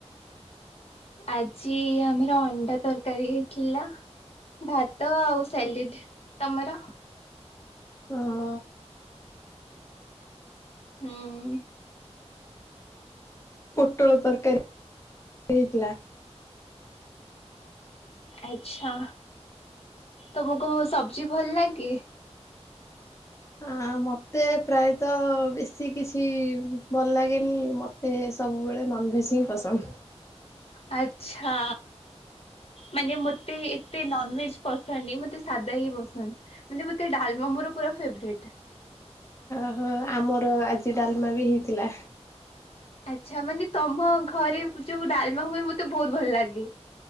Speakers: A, on the left; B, on the left.
A: ଆଜି ଆମର ଅଣ୍ଡା ତରକାରୀ ହେଇଥିଲା। ଭାତ ଆଉ ସାଲିଡ ତମର
B: ହ ହ
A: ହୁଁ
B: ପୋଟଳ ତରକାରି ହୋଇଥିଲା।
A: ଆଛା ତମକୁ ସବଜି ଭଲ ଲାଗେ?
B: ଆ ମତେ ପ୍ରାୟତଃ ବେଶୀ କିଛି ଭଲ ଲାଗେନି ମତେ ସବୁବେଳେ ନନଭେଜ୍ ହିଁ ପସନ୍ଦ।
A: ଆଚ୍ଛା ମାନେ ମୋତେ ଏତେ ନନଭେଜ ପସନ୍ଦ ନି ମତେ ସାଦା ହିଁ ପସନ୍ଦ ମାନେ ମତେ ଡାଲମା ମୋର ପୁର ଫେବୋରା଼ଇଟ।
B: ଓହୋ ଆମର ଆଜି ଡାଲମା ବି ହେଇଥିଲା।
A: ଆଛା ମାନେ ତମ ଘରେ ଯୋଉ ଡାଲମା ହୁଏ ମତେ ବହୁତ ଭଲ ଲାଗେ।